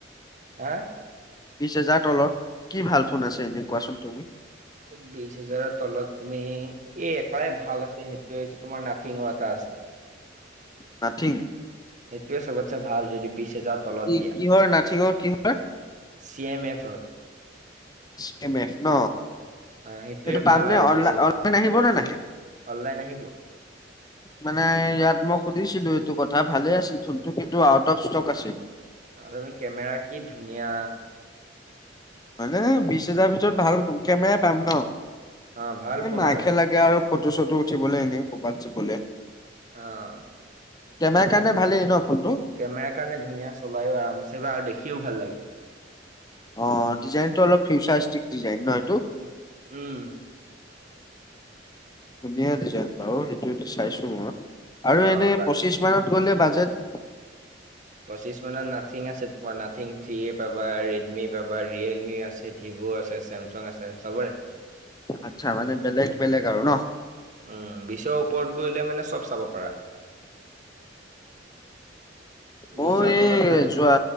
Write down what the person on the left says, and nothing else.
বিশ হেজাৰ তলত কি ভাল ফোন আছে এনে কোৱাচোন তুমি?
নাথিং
কি
কিহৰ নাথিঙৰ কিহৰ
চি এম এফ ন?
সেইটো পাম
নে?
অনলাইন
অনলাইন আহিবনে নাহে।
মানে ইয়াত মই সুধিছিলোঁ এইটো কথা ভালেই আছিল ফোনটো কিন্তু আউট অফ ষ্টক আছিল।
মানে বিশ হাজাৰ ভিতৰত ভাল কেমেৰাই পাম ন
এই
মাক
হে লাগ কে আৰু ফটো চটো উঠিবলে এনে ক'বাত যাবলে।
কেমেৰা কাৰণে ভালেই ন ফোনটো
অ ডিজাইনটো অলপ ফিউচাৰষ্টিক ডিজাইন ন এইটো?
ধুনীয়া ডিজাইন বাৰু সেইটো চাইছো মই আৰু
এনেই
পঁচিছ মানত গ'লে বাজেট
আচ্ছা! মানে, বেলেগ-বেলেগ আৰু ন'?
মই
এই
যোৱা,